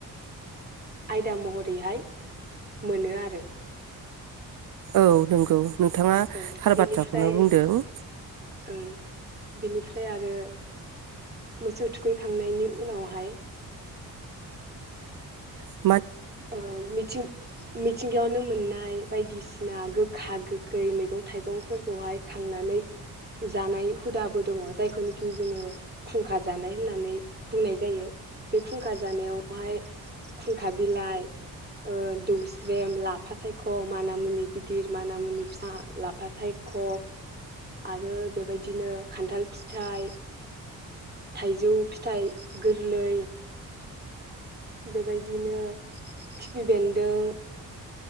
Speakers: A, on the right; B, on the right.
A: आयदा महरैहाय मोनो आरो।
B: औ नंगौ। नोंथाङा
A: ओं
B: थार
A: बिनिफ्राय
B: बाथ्राखौनो बुंदों।
A: ओं बिनिफ्राय आरो गोसौ थुखैखांनायनि उनावहाय
B: हो
A: औ मिथिं मिथिंगायावनो मोन नाय बायदिसिना गोखा गोखै मैगं थाइगंफोरखौहाय खांनानै जानाय हुदाबो दङ जायखौनिखि जोङो खुंखा जानाय होननानै बुंनाय जायो बे खुंखा जानायावहाय खुंखा बिलाइ ओ दौस्रेम लाफा सायख' मानामुनि गिदिर मानामुनि फि लाफा सायख' आरो बेबायदिनो खान्थाल फिथाइ थाइजौ फिथाइ गोरलै। बेबायदिनो खिफि बेन्दों।